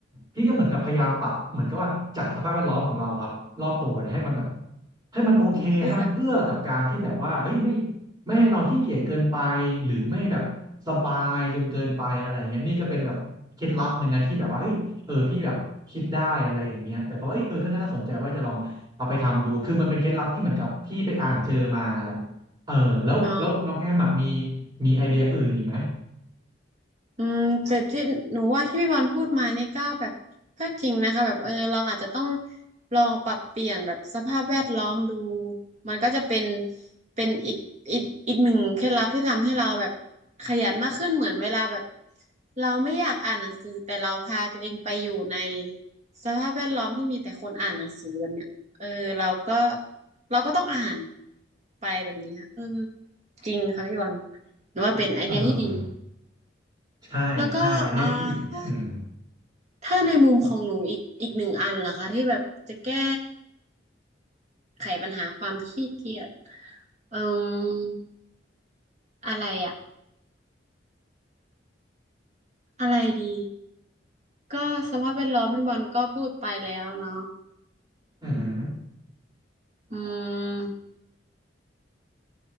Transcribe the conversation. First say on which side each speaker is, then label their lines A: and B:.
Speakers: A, on the right; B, on the right.
A: พี่ก็เหมือนกับพยายามปรับเหมือนกับว่าจัดสภาพแวดล้อมของเราครับรอบตัวเนี่ยให้มันแบบให้มันโอเคให้มันเอื้อกับการที่แบบว่าเฮ้ยไม่
B: เสื้อ
A: ไม่ให้เราขี้เกียจเกินไปหรือไม่แบบสบายจนเกินไปอะไรเงี้ยนี่ก็เป็นแบบเคล็ดลับหนึ่งนะที่แบบว่าเฮ้ยเออพี่แบบคิดได้อะไรอย่างเงี้ยแต่ก็เอ้ยเออก็น่าสนใจว่าจะลองเอาไปทำดูคือมันเป็นเคล็ดลับที่เหมือนกับพี่ไปอ่านเจอมาแหละเออแล้วแล้วน้องแอมอะมี
B: อ๋อ
A: มีไอเดียอื่นอีกไหม
B: อืมแต่ที่หนูว่าที่พี่บอลพูดมานี่ก็แบบก็จริงนะคะแบบเออเราอาจจะต้องลองปรับเปลี่ยนแบบสภาพแวดล้อมดูมันก็จะเป็นเป็นอีกอีกอีกหนึ่งเคล็ดลับที่ทำให้เราแบบขยันมากขึ้นเหมือนเวลาแบบเราไม่อยากอ่านหนังสือแต่เราพาตัวเองไปอยู่ในสภาพแวดล้อมที่มีแต่คนอ่านหนังสือแบบเนี้ยเออเราก็เราก็ต้องอ่านไปแบบเนี้ยเออจริงค่ะพี่บอลหนูว่าเป็นไอเดียที่ดี
A: เออใช่ใช่อันเนี้ยพี่อืม
B: แล้วก็เอ่อถ้าถ้าในมุมของหนูอีกอีกหนึ่งอันล่ะคะที่แบบจะแก้ไขปัญหาความขี้เกียจเอ่ออะไรอะอะไรดีก็สภาพแวดล้อมพี่บอลก็พูดไปแล้วเนาะ
A: อือหือ
B: อืม